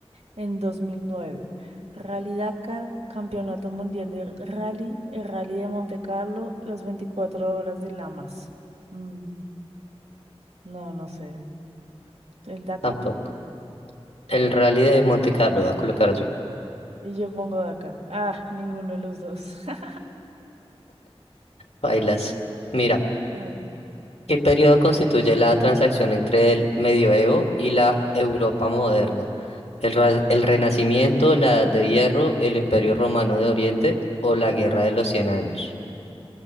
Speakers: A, on the right; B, on the left.
A: en 2009 Rally Dakar, Campeonato Mundial de Rally, el Rally de Monte Carlo, las 24 horas de Lamas. Mm, no, no sé. ¿El Dakar?
B: Tampoco. El Rally de Monte Carlo va a colocar yo.
A: Y yo pongo Dakar. Ah, ninguno de los dos. <laughs>
B: Bailas. Mira,
A: Dale.
B: ¿qué periodo constituye la transacción entre el medioevo y la Europa moderna? ¿El, ra- el Renacimiento, la Edad de Hierro, el Imperio Romano de Oriente o la Guerra de los Cien Años?